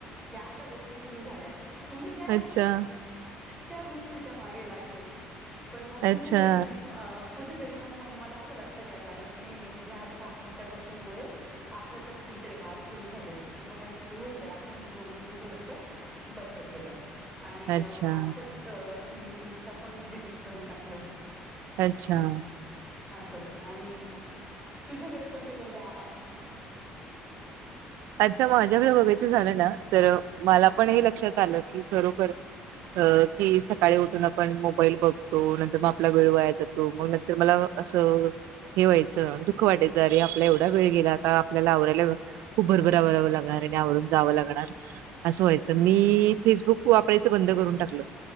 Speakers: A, in the centre; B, on the right.
A: या अशा गोष्टी सुरू झाल्या म मी त्याच
B: अच्छा
A: त्या गोष्टीच्या मागे लागले. पण मग कुठेतरी
B: अच्छा
A: कुठेतरी ना मग मला.. लक्षात यायला लागलं की. नाही-नाही या बाहेरच्या गोष्टींमुळे आपल्यातच कुठेतरी वाद सुरू झालेत. किंवा काहीतरी होतय असं म्हणून मग. मी ते थोडस बंद केलं. आणि
B: अच्छा
A: मागच्याच वर्षी मी इन्स्टा पण डिलीट करून टाकलं.
B: अच्छा.
A: असं आणि तुझ्याकडे कोणते कोणते ऍप आहेत?
B: आता माझ्याकडे बघायचं झालं ना. तर मला
A: हम्म.
B: पण हे लक्षात आलं की खरोखर की सकाळी उठून आपण मोबाईल बघतो, नंतर मग आपला वेळ वाया जातो मग नंतर मला असं हे व्हायचं दुःख वाटायचं अरे! आपला एवढा वेळ गेला, आता आपल्याला आवरायला खूप भरभर आवराव लागणार आणि आवरून जावं लागणार, असं व्हायचं मी फेसबुक वापरायचं बंद करून टाकलं,